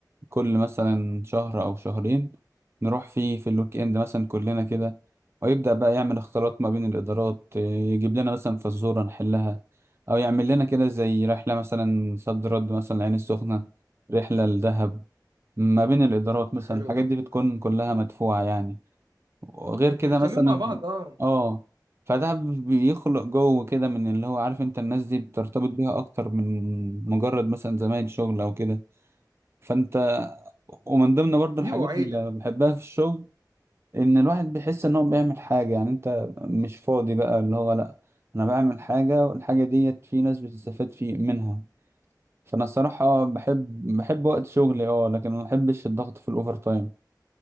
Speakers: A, on the right; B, on the right.
A: كل مثلا شهر أو شهرين نروح فيه في الويك إند مثلا كلنا كده ويبدأ بقى يعمل اختلاط ما بين الإدارات إيه، يجيب لنا مثلا فزورة نحلها أو يعمل لنا كده زي رحلة مثلا صد رد مثلا العين السخنة رحلة لدهب ما بين الإدارات مثلا
B: حلو
A: الحاجات
B: ده
A: دي بتكون كلها مدفوعة يعني وغير كده
B: بتخليهم
A: مثلا
B: مع بعض اه
A: آه فده بيخلق جو كده من اللي هو عارف انت الناس دي بترتبط بيها اكتر من مجرد مثلا زمايل شغل او كده فانت ومن ضمن برضو
B: بيبقوا
A: الحاجات
B: عيله
A: اللي بحبها في الشغل ان الواحد بيحس ان هو بيعمل حاجة يعني انت مش فاضي بقى اللي هو لا انا بعمل حاجة والحاجة ديت في ناس بتستفاد في منها فانا الصراحة آه، بحب بحب وقت شغلي اه لكن ما بحبش الضغط في الاوفر تايم